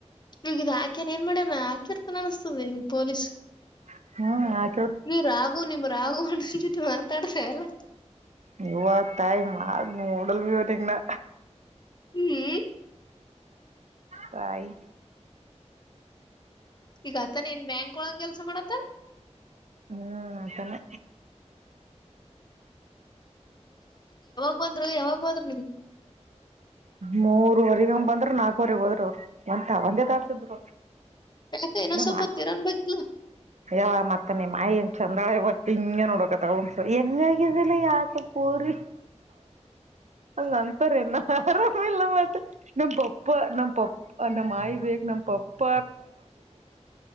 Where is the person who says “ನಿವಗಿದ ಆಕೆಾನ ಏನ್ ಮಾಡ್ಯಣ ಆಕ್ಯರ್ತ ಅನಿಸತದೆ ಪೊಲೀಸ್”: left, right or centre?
Left